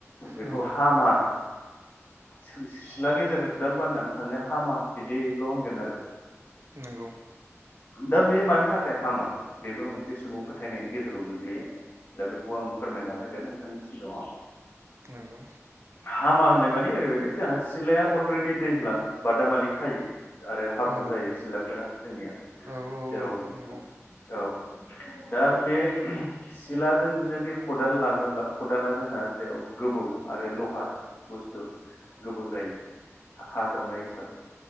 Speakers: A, on the left (about 50°); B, on the right (about 60°).
A: बेखौ
B: नंगौ
A: हामा सों सिला गेजेरजों खदाल बाननानै थांनो हामा बिदिल' होनगोन आरो
B: उम
A: दा बे मानि थाखाय हामा बेबो मोनसे सुबुं फोथायनायनि गेजेराव गोग्लैयो दा बेखौ आं फोरमायनानै होगोन नोंथांनि सिगाङाव
B: नोंगौ
A: हामा होनाय माने ओरैबायदि जोंहा सिलाया अलरेडि दैज्लां बादामालि खायो आरो हाब्रु
B: औ
A: जायो सिथ्लाफोरा जोंनिया
B: औ औ
A: जेराव
B: औ नंगौ
A: औ दा बे सिलाजों जुदि खदाल लाङोब्ला खदाला जोंहा जेराव गोबौ आरो लहा बुस्थु गोबाव जायो हा जावनाय हिसाबै